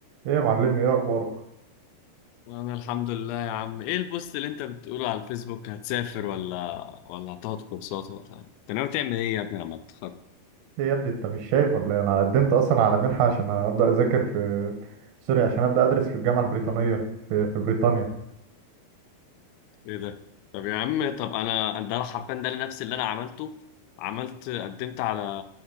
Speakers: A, on the right; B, on the left.
A: ايه يا معلمي ايه اخبارك
B: انا الحمد لله يا عم ايه البوست اللي انت بتقوله على الفيسبوك هتسافر ولا ولا هتاخد كورسات ولا انت ناوي تعمل ايه يا ابني لما تتخرج
A: ايه يا ابني انت مش شايف ولا ايه انا قدمت اصلا على منحه عشان ابدا اذاكر في سوري عشان ابدا ادرس في الجامعه البريطانيه في في بريطانيا
B: ايه ده طب يا عم طب انا ده حرفيا ده نفس اللي انا عملته عملت قدمت على